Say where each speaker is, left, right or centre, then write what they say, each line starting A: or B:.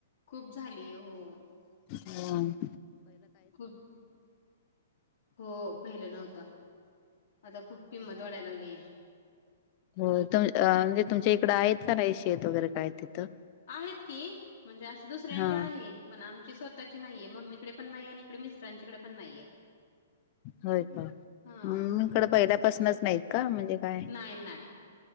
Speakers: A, on the left; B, on the left.
A: खूप झालीयं हो.
B: हम.
A: खूप हो पहिलं नव्हता. आता खूप किंमत वाढायला लागलीये.
B: होय, तुम म्हणजे तुमच्या इकडं आहेत का, नाही शेत वगैरे काय तिथं?
A: आहेत की म्हणजे, अस दुसऱ्यांची
B: हा
A: आहे पण आमची स्वतःची नाहीये मम्मीकडे पण नाही आणि इकडे मिस मिस्टरांच्या कडे पण नाहीये.
B: होय, का?
A: हा
B: हम इकडं पहिल्या पासूनच नाहीत का, म्हणजे काय?
A: नाही नाही.